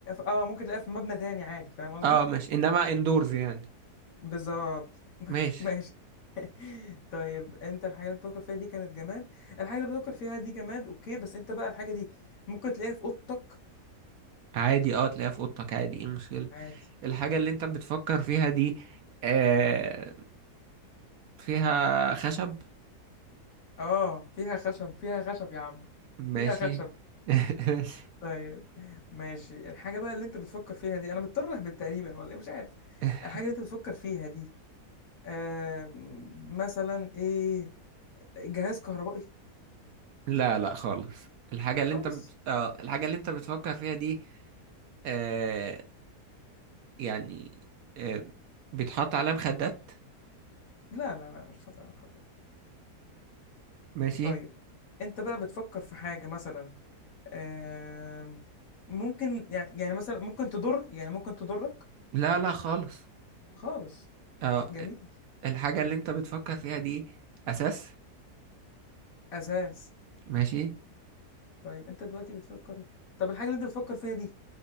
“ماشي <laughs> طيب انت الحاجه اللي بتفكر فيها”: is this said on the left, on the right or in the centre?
Left